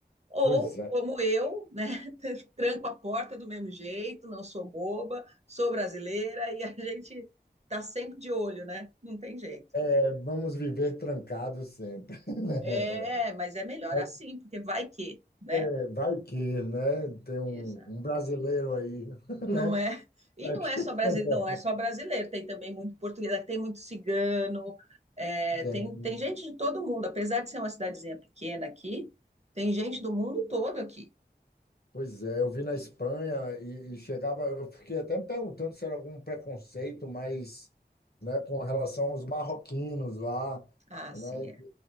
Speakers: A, on the right; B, on the left.
A: Ou,
B: Pois é,
A: como eu, né, <laughs> tranco a porta do mesmo jeito, não sou boba, sou brasileira e a gente tá sempre de olho, né? Não tem jeito.
B: É, vamos viver trancados sempre, <laughs> né?
A: É, mas é melhor
B: Mas,
A: assim, porque vai que, né?
B: É, vai que, né? Tem um,
A: Exato.
B: um brasileiro aí, <laughs>
A: Não
B: né?
A: é? E
B: Vai
A: não
B: que
A: é
B: <laughs> tem
A: só brasileiro,
B: um bom.
A: não é só brasileiro, tem também muito português, aqui tem muito cigano, é,
B: Tem.
A: tem, tem gente de todo mundo, apesar de ser uma cidadezinha pequena aqui, tem gente do mundo todo aqui.
B: Pois é, eu vi na Espanha e, e chegava, eu fiquei até me perguntando se era algum preconceito, mas, né, com relação aos marroquinos lá,
A: Ah,
B: né?
A: sim, é.